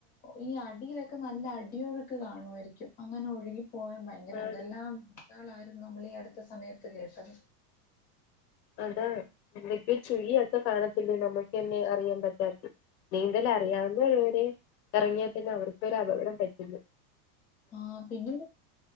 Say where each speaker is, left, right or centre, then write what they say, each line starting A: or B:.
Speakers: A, on the left; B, on the left.
A: ഈ അടിയിലൊക്കെ നല്ല അടിയൊഴുക്ക് കാണുവായിരിക്കും അങ്ങനെ ഒഴുകി പോയം ഭയങ്കര എന്തെല്ലാം
B: ആണ്
A: ന്നാളായിരുന്നു നമ്മളീ അടുത്ത സമയത്ത് കേട്ടത്
B: അതാ എന്തൊക്കെയൊ ചുഴിയൊക്കെ കാണത്തില്ലെ നമുക്കെന്നെ അറിയാൻ പറ്റാത്ത നീന്തല് അറിയാവുന്നവര് വരേ ഇറങ്ങിയാൽ തന്നെ അവർക്കൊരു അപകടം പറ്റുന്നു
A: ആ പിന്നൊരു